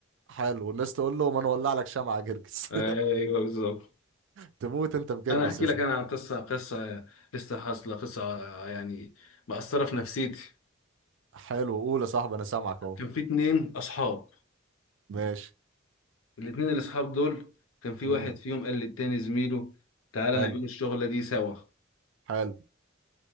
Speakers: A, on the right; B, on the left.
A: حلو الناس تقول له ما نولع لك شمعة يا جرجس
B: ايوه بالظبط
A: <laughs> تموت انت بجرجس
B: انا احكي
A: يا زميلي
B: لك انا عن قصه قصه لسه حاصله قصه آه، يعني مأثره في نفسيتي
A: حلو قول يا صاحبي انا سامعك اهو
B: كان في اتنين اصحاب
A: ماشي
B: الاتنين الاصحاب دول كان في
A: مم.
B: واحد فيهم قال للتاني زميله تعالى
A: حلو
B: نعمل الشغله دي سوا
A: حلو